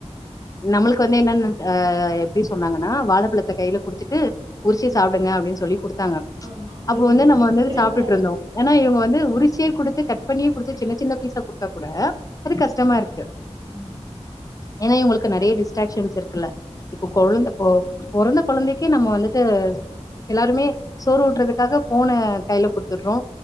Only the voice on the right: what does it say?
ஆமா. அவங்களுக்கு
உரிச்சியே
குடுக்குறாங்களா?
ம்
ம்.